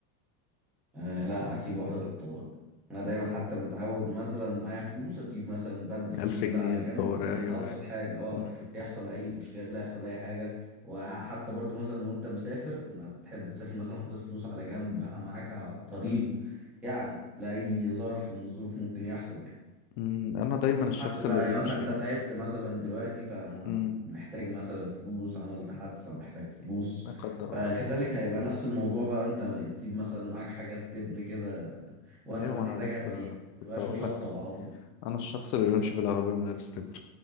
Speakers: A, in the centre; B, on the left.
A: آه لا اسيب واحده للطوارئ انا دايما حتى متعود مثلا معايا فلوس اسيب مثلا بند فلوس
B: ألف
A: كده
B: جنيه
A: على
B: للطوارئ
A: جنب ده
B: أيوة
A: في ابسط
B: أيوة
A: حاجه اه
B: مم.
A: يحصل اي مشكله يحصل اي حاجه وحتى برضو مثلا وانت مسافر ما بتحب تسافر مثلا حاطط فلوس على جنب معاك على الطريق
B: مم.
A: يعني لاي ظرف من الظروف ممكن يحصل يعني
B: مم. أنا دايما الشخص
A: حد بقى
B: اللي بيمشي
A: يعني مثلا انت تعبت مثلا دلوقتي فما
B: مم.
A: محتاج مثلا فلوس عملت حادثة محتاج فلوس
B: لا قدر
A: فكذلك
B: الله
A: هيبقى نفس الموضوع بقى انت تسيب مثلا معاك حاجة استبن كده وقت
B: أيوة
A: ما تحتاجها
B: ما أنا لسه
A: هتلاقيها ما تبقاش
B: كنت هقول
A: مشطب
B: لك
A: على طول
B: أنا الشخص اللي بيمشي بالعربية من غير استبن